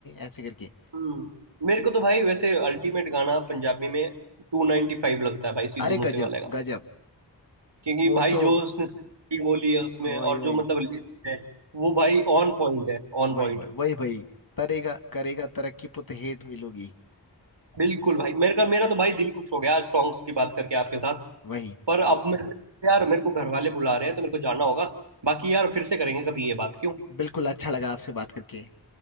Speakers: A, on the left; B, on the right.
A: ऐसे करके
B: हम्म मेरे को तो भाई वैसे अल्टीमेट गाना पंजाबी में टू नाइनटी फाइव लगता है भाई सिद्धू
A: अरे
B: मूसे
A: गजब
B: वाले का
A: गजब
B: क्योंकि
A: वो
B: भाई
A: तो
B: जो उसने script बोली है उसमें
A: ओए
B: और जो
A: ओए
B: मतलब lyrics है वो भाई ऑन पॉइंट है ऑन
A: वही
B: पॉइंट
A: वही वही वही तरेगा करेगा तरक्की पुत हेठ मिलोगी
B: बिल्कुल भाई मेरे का मेरा तो भाई दिल खुश हो गया आज सॉन्ग्स की बात करके आपके साथ
A: वही
B: पर
A: ब-
B: अब मेरे यार मेरे को घर वाले बुला रहे हैं तो मेरे को जाना होगा बाकी यार फिर से करेंगे कभी ये बात क्यों
A: बिल्कुल अच्छा लगा आपसे बात करके